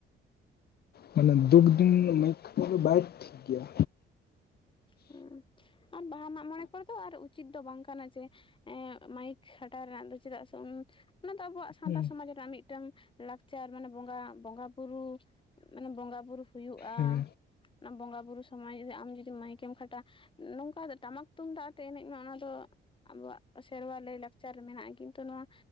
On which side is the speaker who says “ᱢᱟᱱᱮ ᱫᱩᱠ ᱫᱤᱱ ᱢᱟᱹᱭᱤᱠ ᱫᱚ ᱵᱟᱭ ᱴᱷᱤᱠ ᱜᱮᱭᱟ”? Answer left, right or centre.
Left